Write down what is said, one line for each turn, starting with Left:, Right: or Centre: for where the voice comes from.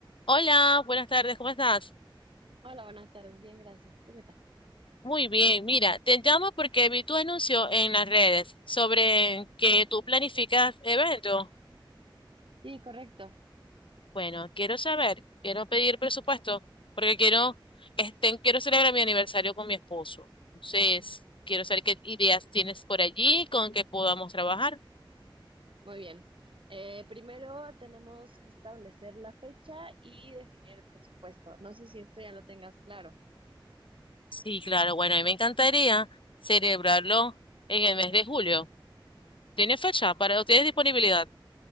Left: Hola, buenas tardes, ¿cómo estás?
Right: Hola, buenas tardes. Bien, gracias. ¿Tú qué tal?
Left: Muy bien, mira, te llamo porque vi tu anuncio en las redes sobre que tú planificas eventos.
Right: Sí, correcto.
Left: Bueno, quiero saber, quiero pedir presupuesto porque quiero, este, quiero celebrar mi aniversario con mi esposo. Entonces, quiero saber qué ideas tienes por allí con que podamos trabajar.
Right: Muy bien. Eh, primero tenemos que establecer la fecha y definir el presupuesto. No sé si esto ya lo tengas claro.
Left: Sí, claro, bueno, a mí me encantaría celebrarlo en el mes de julio. ¿Tienes fecha para, o tienes disponibilidad?